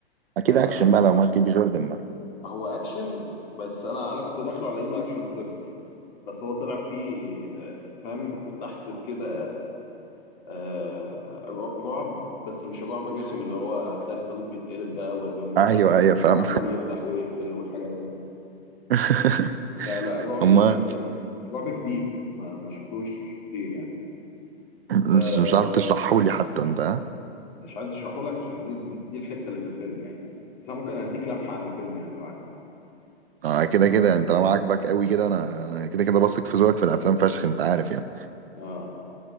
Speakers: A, on the right; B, on the left.
A: اكيد
B: آه
A: اكشن بقى لو مايكل بي جوردن بقى
B: هو اكشن بس انا انا كنت داخله على انه اكشن صرف بس هو طلع فيه آه، فاهم لحظه كده آه، رعب بس مش الرعب الرخم اللي هو تلاقي الصليب بيتقلب بقى والبيبان بتقفل
A: ايوه ايوه
B: والنور
A: فاهم
B: عمال يفتح ويقفل والحاجات دي
A: <laughs>
B: لا لا رعب
A: امال
B: لذيذ يعني رعب جديد ما ما شفتوش كتير يعني
A: مش
B: أه
A: مش عارف تشرحهولي حتى انت ها؟
B: مش عايز اشرحه لك عشان دي, دي دي الحتة اللي في الفيلم يعني بس انا ممكن اديك لمحة عن الفيلم يعني لو عايز
A: اه كده كده انت لو عاجبك قوي كده انا كده كده بثق في ذوقك في الافلام فشخ انت عارف يعني
B: اه,